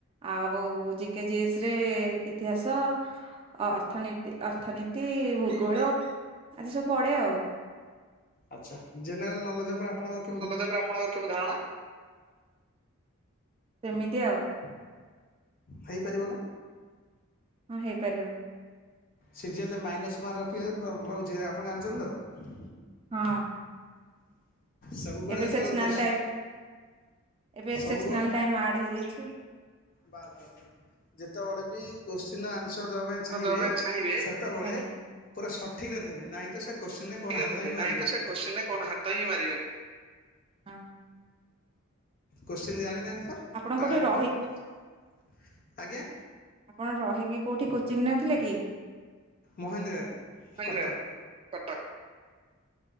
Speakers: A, on the right (about 25°); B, on the left (about 40°).
A: ଆଉ ଜିକେଜି ଏସ ରେ ଇତିହାସ। ଅ ଅର୍ଥନୀତି ଅର୍ଥନୀତି ଭୂଗୋଳ ଏମିତି ସବୁ ପଡେ ଆଉ।
B: ଆଚ୍ଛା ଜେନେରାଲ ନଲେଜ ଉପରେ ଆପଣଙ୍କ
A: ଆପଣଙ୍କର କେମିତି ଧାରଣା?
B: ହେଇପାରିବ ନା?
A: ହଁ ହେଇପାରିବ।
B: ସିଜିଏଲ ମାଇନସ୍ ମାର୍କିଙ୍ଗି <unintelligible> ରହୁଛି ଆପଣ ଜାଣିଛନ୍ତି ତ?
A: ହଁ।
B: ସବୁବେଳେ
A: ଏବେ
B: ଯେତେବେଳେ
A: ସେକ୍ସନାଲ
B: କ
A: ଟାଇମ୍ ଏବେ
B: ସବୁବେଳେ
A: ସେକ୍ସନାଲ ଟାଇମ୍ ଆଡ୍ ହେଇଯାଇଛି।
B: ବାସ <unintelligible> ଯେତେବେଳେ ବି କୋଶ୍ଚିନ୍ ଆନ୍ସର ଦେବା ପାଇଁ ଚାହିଁବେ
A: ଦବା ପାଇଁ ଚାହିଁବେ
B: ସେତେବେଳେ
A: ଠିକ୍
B: ପୁରା ସଠିକରେ ଦେବେ ନାହିଁ ତ ସେ କୋଶ୍ଚିିନରେ କଣ ହାତ
A: ଦେବେ
B: ହିଁ
A: ନାଇଁ
B: ମାରିବେନି
A: ତ ସେ କୋତ୍ସିନ୍ ରେ କଣ ହାତ ହିଁ ମାରିବେନି।
B: କୋଶ୍ଚିନ୍ ଜାଣିନାନ୍ତି ତ
A: ଆପଣ
B: ଟ୍ରାଏ
A: କୋଉଠି
B: ବି
A: ରହିକି
B: କରିବେନି ଆଜ୍ଞା।
A: ଆପଣ ରହିକି କୋଉଠି କୋଚିଂ ନେଉଥିଲେ କି?
B: ମହେନ୍ଦ୍ରାରେ
A: କେନ୍ଦ୍ରାରେ
B: କଟକ।
A: କଟକ